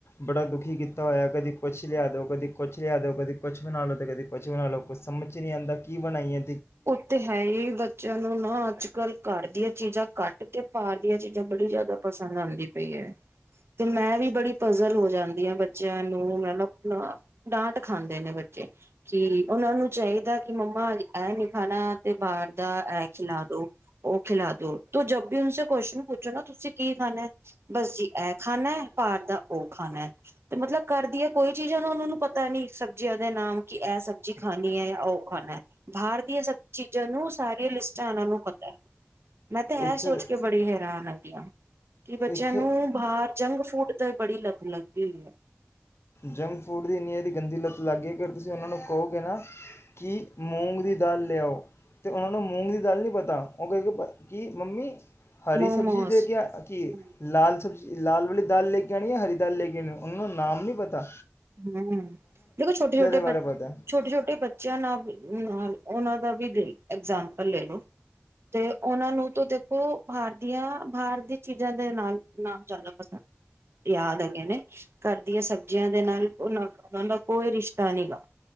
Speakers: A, on the left; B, on the right.
A: ਬੜਾ ਦੁਖੀ ਕੀਤਾ ਹੋਇਆ ਕਦੀ ਕੁਛ ਲਿਆ ਦਿ ਕਦੀਦੇ ਕੁਛ ਲਿਆ ਦਿ ਕਦੇ ਕੁਛ ਬਣਾ ਲਓ ਅਤੇ ਕਦੇ ਕੁਛ ਬਣਾ ਲਓ ਸਮਝ ' ਨਹੀਂ ਆਉਂਦਾ ਕੀ ਬਣਾਈਆਂ
B: ਉੱਥੇ ਹੈ ਹੀ ਬੱਚਿਆਂ ਨੂੰ ਨਾ ਅੱਜ ਕੱਲ੍ਹ ਘਰ ਦੀਆਂ ਚੀਜ਼ਾਂ ਕੱਟ ਤੇ ਪਾਰ ਦੀਆਂ ਚੀਜ਼ਾਂ ਬੜੀ ਜ਼ਿਆਦਾ ਪਸੰਦ ਆਉਂਦੀ ਪਈ ਹੈ ਤੇ ਮੈਂ ਵੀ ਬੜੀ ਪਜ਼ਲ ਹੋ ਜਾਂਦੀ ਹਾਂ ਬੱਚਿਆਂ ਨੂੰ ਮਤਬ ਆਪਣਾ ਡਾਂਟ ਖਾਂਦੇ ਨੇ ਬੱਚੇ ਕਿ ਉਹਨਾਂ ਨੂੰ ਚਾਹੀਦਾ ਕਿ ਮੰਮਾ ਇਹ ਨ ਖਾਣਾ ਤੇ ਬਾਹਰ ਦਾ ਇਹ ਖਿਲਾ ਦੋ ਉਹ ਖਿਲਾ ਦੋ ਤੂੰ ਜਬ ਵੀ ਉਹ ਕੁਸ਼ਚਨ ਪੁੱਛੋ ਨਾ ਤੁਸੀਂ ਕੀ ਖਾਣਾ ਬਸ ਜੀ ਇਹ ਖਾਣਾ ਹੈ ਬਾਹਰ ਦਾ ਉਹ ਖਾਣਾ ਹੈ ਤੇ ਮਤਲਬ ਕਰਦੀ ਹੈ ਕੋਈ ਚੀਜ਼ ਹੈ ਨਾ ਉਹਨਾਂ ਨੂੰ ਪਤਾ ਨੀ ਸਬਜ਼ੀਆਂ ਦੇ ਨਾਮ ਕਿ ਇਹ ਸਬਜ਼ੀ ਖਾਣੀ ਹੈ ਜਾਂ ਉਹ ਖਾਣਾ ਹੈ ਬਾਹਰ ਦੀਆਂ ਸਭ ਚੀਜ਼ਾਂ ਨੂੰ ਸਾਰੀਆਂ ਲਿਸਟਾਂ ਉਹਨਾਂ ਨੂੰ ਪਤਾ ਹੈ ਮੈਂ ਤੇ
A: ਇੱਥੇ
B: ਇਹ ਸੋਚ ਕੇ ਬੜੀ ਹੈਰਾਨ ਹੈ <unintelligible> ਕਿ ਬੱਚਿਆਂ
A: ਇੱਥੇ
B: ਨੂੰ ਬਾਹਰ ਜੰਗ ਫੂਟ ਤਾਂ ਇਹ ਬੜੀ ਲੱਕ ਲੱਗ ਹੋਈ ਹੈ
A: ਜੰਕ ਫੂਡ ਦੀ ਇੰਨੀ ਇਹਾਰੀ ਗੰਦੀ ਲੱਤ ਲੱਗ ਗਈ ਕਿ ਤੁਸੀਂ ਉਹਨਾਂ ਨੂੰ ਕਹੋਗੇ ਨਾ ਕਿ ਮੂੰਗ ਦੀ ਦਾਲ ਲਿਆਓ ਅਤੇ ਉਹਨਾਂ ਨੂੰ ਮੂੰਗ ਦੀ ਦਾਲ ਨਹੀਂ ਪਤਾ ਉਹ ਕਹੇ ਕੇ ਕਿ ਮੰਮੀ ਹਰੀ
B: ਮੋਮੋਸ
A: ਸਬਜ਼ੀ ਦੇ ਕੇ ਕੀ
B: ਹੂੰ
A: ਲਾਲ ਸਬਜ਼ੀ ਲਾਲ ਵਾਲੀ ਦਾਲ ਲੈ ਕੇ ਆਉ ਹੈ ਹਰੀ ਦਾਲ ਲੈ ਕੇ ਆਉ ਉਹਨਾਂ ਨੂੰ ਨਾਮ ਨੀ ਪਤਾ ਤਾ
B: ਹਮ ਦੇਖੋ ਛੋਟੇ ਛੋਟੇ
A: ਬਾਰੇ
B: ਬ
A: ਪਤਾ
B: ਛੋਟੇ ਛੋਟੇ ਬੱਚਿਆਂ ਨਾਲ ਨਾਲ ਉਹਨਾਂ ਦਾ ਵੀ ਇਗਜਾਮਪਲ ਲੈ ਲੋ ਤੇ ਉਹਨਾਂ ਨੂੰ ਤਾਂ ਦੇਖੋ ਬਾਹਰ ਦੀਆਂ ਬਾਹਰ ਦੀ ਚੀਜ਼ਾਂ ਦੇ ਨਾਲ ਨਾਲ ਜ਼ਿਆਦਾ ਪਸੰਦ ਯਾਦ ਹੈਗੇ ਨੇ ਘਰ ਦੀਆਂ ਸਬਜ਼ੀਆਂ ਦੇ ਨਾਲ ਉਹ ਉਹ ਦਾ ਕੋਈ ਰਿਸ਼ਤਾ ਨੀ ਗਾ